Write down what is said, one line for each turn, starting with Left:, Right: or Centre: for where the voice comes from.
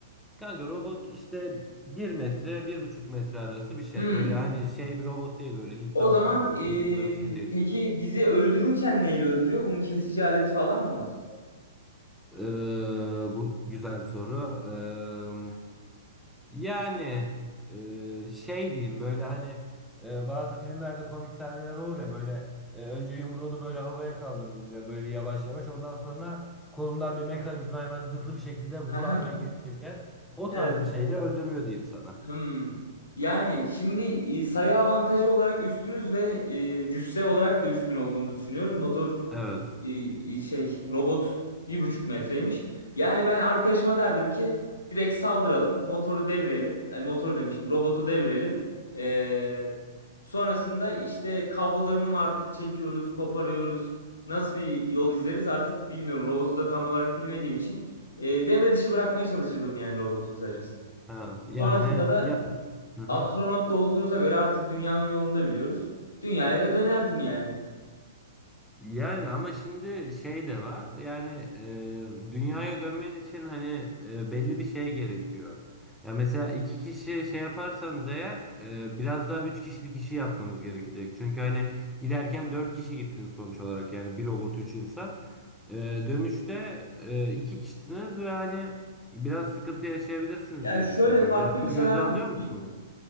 Centre: Kanka robot işte bir metre, bir buçuk metre arası bir şey.
Left: Hmm.
Centre: Öyle hani şey bir robot değil böyle insan
Left: O zaman
Centre: vücudunda
Left: ee,
Centre: bir şey değil.
Left: peki bizi öldürürken neyle öldürüyor? Bunun kesici aleti falan mı var?
Centre: Ee, bu güzel soru. Ee, yani e, şey diyeyim böyle hani e, bazı filmlerde komik sahneler olur ya böyle e, önce yumruğunu böyle havaya kaldırır bile böyle yavaş yavaş ondan sonra kolundan bir mekanizma hemen hızlı bir şekilde vurar
Left: Aha,
Centre: ve geri çeker. O
Left: evet.
Centre: tarz bir şeyle öldürüyor diyeyim sana.
Left: Hmm. Yani şimdi e, sayı avantajı olarak üstünüz ve e, cüsse olarak da üstün olduğumuzu düşünüyoruz. Motor
Centre: Evet.
Left: e, e, şey robot bir buçuk metreymiş. Yani ben arkadaşıma derdim ki direkt saldıralım, motoru devirelim, e, motoru demişim, robotu devirelim. E, sonrasında işte kablolarını mı artık çekiyoruz, koparıyoruz. Nasıl bir yol izleriz artık bilmiyorum. Robotu da tam olarak bilmediğim için e, devre dışı bırakmaya çalışırdım yani robotu kısacası.
Centre: Ha, yani
Left: Sonrasında da
Centre: ya. Hı hı.
Left: Astronot da olduğumuza göre artık dünyanın yolunu da biliyoruz. Dünyaya da dönerdim yani.
Centre: Yani ama şimdi şey de var. Yani e, dünyaya dönmen için hani e, belli bir şey gerekiyor. Ya mesela iki kişi şey yaparsanız eğer e, biraz daha üç kişilik işi yapmanız gerekecek. Çünkü hani giderken dört kişi gittin sonuç olarak yani bir robot üç insan. E, dönüşte e, iki kişisiniz ve hani biraz sıkıntı yaşayabilirsiniz
Left: Yani
Centre: diye
Left: şöyle
Centre: düşünüyorum.
Left: farklı
Centre: Hani
Left: bir
Centre: bunu
Left: senaryo
Centre: göze alıyor
Left: düşüneyim.
Centre: musunuz?